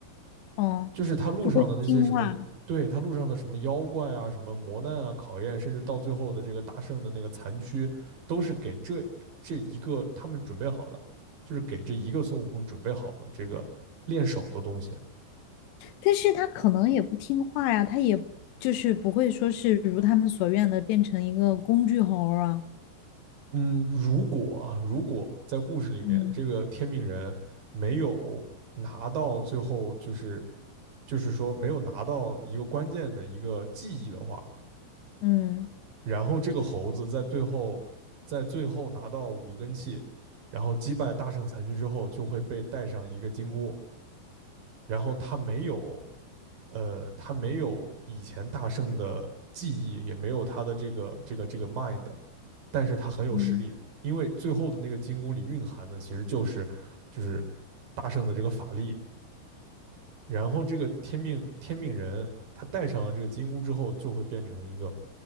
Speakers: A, on the left; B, on the right.
A: 嗯，
B: 就是他路上的那些什么，
A: 就会听话。
B: 对他路上的什么妖怪啊、什么磨难啊、考验，甚至到最后的这个大圣的那个残躯，都是给这这一个他们准备好的，就是给这一个孙悟空准备好的这个练手的东西。
A: 但是他可能也不听话呀，他也就是不会说是如他们所愿的变成一个工具猴儿啊。
B: 嗯，如果啊，如果在故事里面这个天命人没有拿到最后，
A: 嗯
B: 就是就是说没有拿到一个关键的一个记忆的话，
A: 嗯，
B: 然后这个猴子在最后在最后拿到五根气，然后击败大圣残躯之后，就会被带上一个金箍。然后他没有，呃，他没有以前大圣的记忆，也没有他的这个这个这个 mind，但是他很有实力，
A: 嗯，
B: 因为最后的那个金箍里蕴含的其实就是就是大圣的这个法力。然后这个天命天命人，他戴上了这个金箍之后，就会变成一个